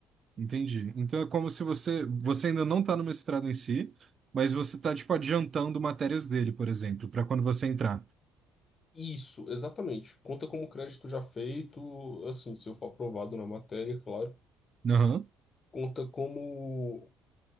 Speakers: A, on the right; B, on the left.
A: Entendi. Então é como se você, você ainda não tá no mestrado em si, mas você tá, tipo, adiantando matérias dele, por exemplo, pra quando você entrar.
B: Isso, exatamente. Conta como crédito já feito, assim, se eu for aprovado na matéria, claro.
A: Aham.
B: Conta como,